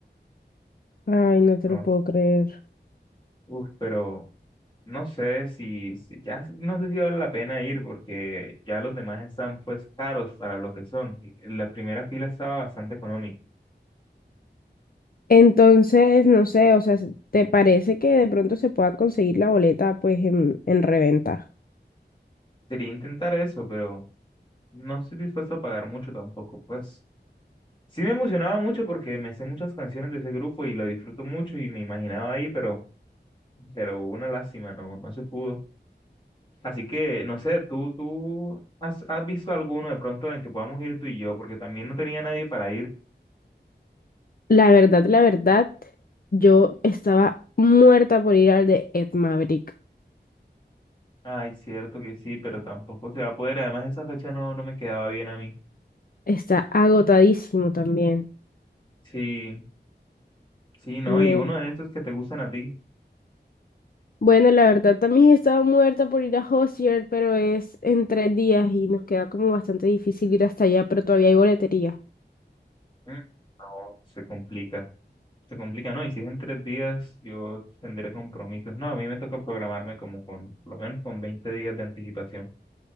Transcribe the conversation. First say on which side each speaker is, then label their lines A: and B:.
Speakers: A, on the left; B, on the left.
A: Ay, no te
B: No
A: lo puedo creer.
B: Uf, pero no sé si, si ya no sé si vale la pena ir porque ya los demás están pues caros para lo que son. La primera fila estaba bastante económica.
A: Entonces, no sé, o sea, ¿te parece que de pronto se pueda conseguir la boleta pues en, en reventa?
B: Sería intentar eso, pero no estoy dispuesto a pagar mucho tampoco. Pues sí me emocionaba mucho porque me sé muchas canciones de ese grupo y lo disfruto mucho y me imaginaba ahí, pero, pero una lástima, no, no se pudo. Así que no sé, tú, tú has, has visto alguno de pronto en el que podamos ir tú y yo, porque también no tenía nadie para ir.
A: La verdad, la verdad, yo estaba muerta por ir al de Ed Maverick.
B: Ay, cierto que sí, pero tampoco se va a poder. Además, esa fecha no, no me quedaba bien a mí.
A: Está agotadísimo también.
B: Sí, sí, no,
A: Me-
B: y uno de estos que te gustan a ti.
A: Bueno, la verdad, también estaba muerta por ir a Hozier, pero es en tres días y nos queda como bastante difícil ir hasta allá, pero todavía hay boletería.
B: Mm, No, se complica. Se complica, no, y si es en tres días, yo tendré compromisos. No, a mí me toca programarme como con, por lo menos con 20 días de anticipación.